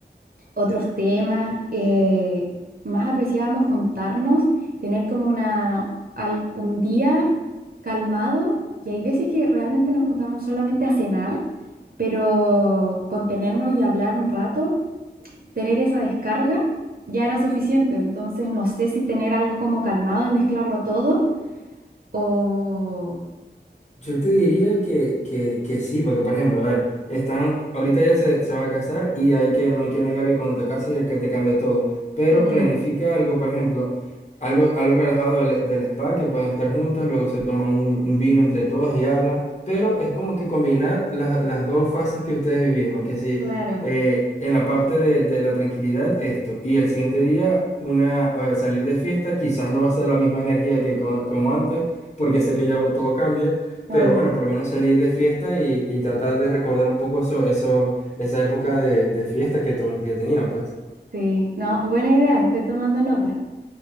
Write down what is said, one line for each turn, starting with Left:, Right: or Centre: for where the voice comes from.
Right: otros temas. eh, más apreciábamos juntarnos, tener como una, al- un día calmado. Y hay veces que realmente nos juntábamos solamente a cenar, pero contenernos y hablar un rato, tener esa descarga, ya era suficiente. Entonces no sé si tener algo como calmado y mezclarlo todo o...
Left: Yo te diría que, que, que sí, porque por ejemplo, a ver, están, ahorita ya se, se va a casar y hay que, no hay que negar que cuando te casas ya que te cambia todo, pero
Right: Mm,
Left: planifica algo, por ejemplo, algo, algo relajado del, del spa, que pueden estar juntas, luego se toman un, un vino entre todas y hablan, pero es como que combinar las, las dos fases que ustedes vivieron, que si
Right: claro,
Left: eh, en la parte de, de la tranquilidad esto, y el siguiente día una, eh, salir de fiesta, quizás no va a ser la misma energía que co- como antes, porque sé que ya todo cambia. Pero
Right: obvio.
Left: bueno, por lo menos salir de fiesta y, y tratar de recordar un poco eso, eso, esa época de, de fiesta que, to- que tenían, pues.
Right: Sí, no, buena idea, estoy tomando nota.